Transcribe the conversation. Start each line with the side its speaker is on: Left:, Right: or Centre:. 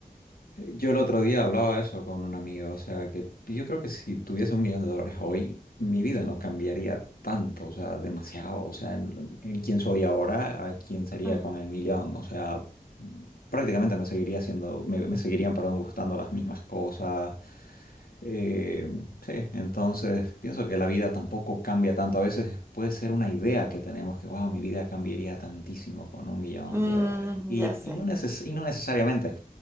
Left: eh, yo el otro día hablaba eso con un amigo, o sea, que yo creo que si tuviese un millón de dólares hoy, mi vida no cambiaría tanto, o sea, demasiado, o sea, en, en quién soy ahora, a quién sería
Right: Ujú.
Left: con el millón, o sea, prácticamente me seguiría haciendo, me, me seguirían, perdón, gustando las mismas cosas, eh, sí, entonces pienso que la vida tampoco cambia tanto. A veces puede ser una idea que tenemos que, wow, mi vida cambiaría tantísimo con un millón
Right: Mm,
Left: de dólares. Y,
Right: ya sé.
Left: y no neces- y no necesariamente.